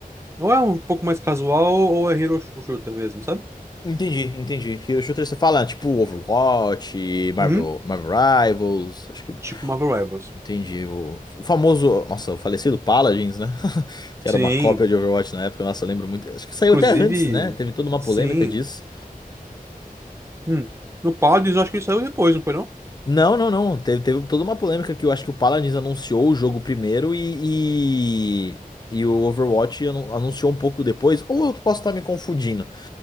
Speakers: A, on the right; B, on the left.
A: Ou é um pouco mais casual, ou é hero sh- shooter mesmo, sabe?
B: Entendi, entendi. Hero Shooter você fala, tipo, Overwatch, Marvel,
A: Uhum.
B: Marvel Rivals, acho que.
A: Tipo Marvel Rivals.
B: Entendi. O, o famoso. Nossa, o falecido Paladins, né? <laughs> Que
A: Sim.
B: era uma cópia de Overwatch na época, nossa, eu lembro muito. Acho que saiu
A: Inclusive.
B: até antes, né? Teve toda uma
A: Sim.
B: polêmica disso.
A: Hum. No Paladins, eu acho que ele saiu depois, não foi não?
B: Não, não, não. Teve, teve toda uma polêmica que eu acho que o Paladins anunciou o jogo primeiro e. E, e o Overwatch anu- anunciou um pouco depois. Ou eu posso estar me confundindo.